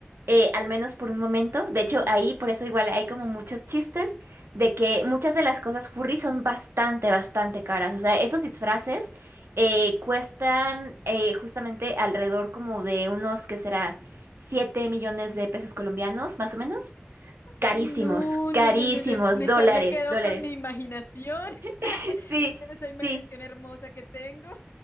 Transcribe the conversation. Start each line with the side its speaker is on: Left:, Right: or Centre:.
Right: eh, al menos por un momento. De hecho,
Left: ujú,
Right: ahí por eso igual hay como muchos chistes de
Left: ujú,
Right: que muchas de las cosas furry son bastante, bastante caras. O sea, esos disfraces
Left: ujú.
Right: eh, cuestan eh, justamente alrededor como de unos, ¿qué será? siete millones de pesos colombianos, más o menos. Carísimos,
Left: No,
Right: carísimos,
Left: no, no, no, no, no. Mejor
Right: dólares,
Left: me quedo
Right: dólares.
Left: con mi imaginación, <laughs>
Right: <laughs> Sí,
Left: esa imaginación
Right: sí.
Left: hermosa que tengo.